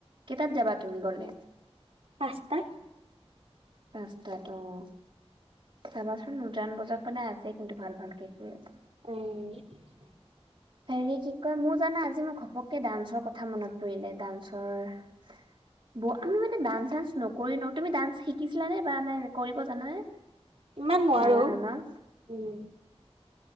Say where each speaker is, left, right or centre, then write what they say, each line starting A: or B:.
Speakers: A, on the right; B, on the right.
A: কিহত যাবা তুমি গলে
B: পাঁচটা
A: পচতাত <unintelligible> চাবাচোন উজান বজাৰ ফালে আছে কিন্তু ভাল ভাল কাপোৰ <unintelligible>
B: আহ
A: হেৰি কি কয় মোৰ জানা আজি মোক ঘপককে ডান্সৰ কথা মনত পৰিলে ডান্সৰ <unintelligible> ব আমি মানে ডান্সৰ নকৰি ন তুমি ডান্স শিকিছিলা নে <unintelligible> নাই কৰিব জানানে
B: ইমান নোৱাৰো
A: নাজানা ন <unintelligible>
B: উম